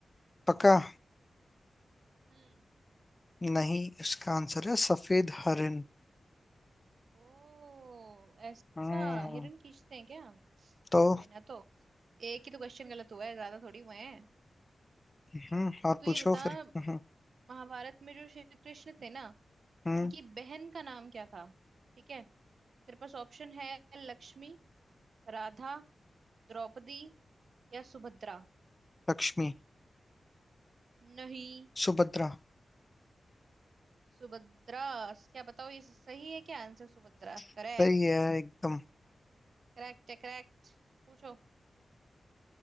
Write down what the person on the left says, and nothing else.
पक्का
नहीं इसका आंसर है सफेद हरिन
हम्म
तो
हम्म और
पूछो
फिर हम्म
हम्म
लक्ष्मी
सुभद्रा
सही है एकदम